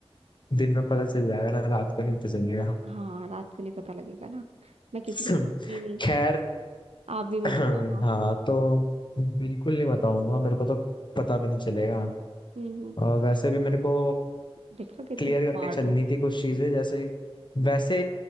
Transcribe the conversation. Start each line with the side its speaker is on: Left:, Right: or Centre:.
Left: दिन में पता चल जाएगा ना रात को नहीं पता चलेगा
Right: हाँ रात को नहीं पता लगेगा ना मैं किसी
Left: <clears throat>
Right: को बताऊंगी नहीं
Left: खैर
Right: आप भी मत
Left: <clears throat>
Right: बताना
Left: हाँ तो बिल्कुल नहीं बताऊंगा मेरे को तो पता भी नहीं चलेगा
Right: हम्म
Left: और वैसे भी मेरे को
Right: देखा कितने
Left: क्लियर
Right: स्मार्ट
Left: करके चलनी
Right: हो
Left: थी कुछ चीजें जैसे वैसे